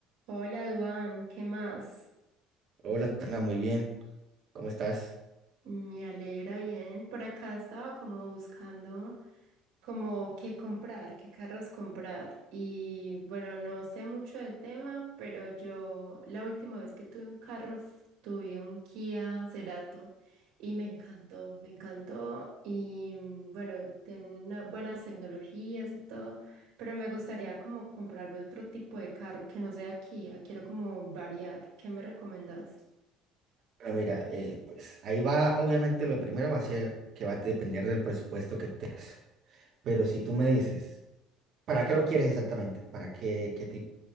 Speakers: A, on the right; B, on the right.
A: Hola, Duan, ¿qué más?
B: Hola, Tatiana, muy bien. ¿Cómo estás?
A: Me alegra bien. Por acá estaba como buscando como qué comprar, qué carros comprar. Y bueno, no sé mucho del tema, pero yo la última vez que tuve un carro f- tuve un Kia Cerato y me encantó, me encantó. Y mm, bueno, tiene una- buenas tecnologías y todo, pero me gustaría como comprarme otro tipo de carro que no sea Kia. Quiero como variar. ¿Qué me recomendás?
B: Bueno, mira, eh, pues ahí va, obviamente lo primero va a ser que va a depender del presupuesto que tengas. Pero si tú me dices, ¿para qué lo quieres exactamente? ¿Para qué, qué tipo?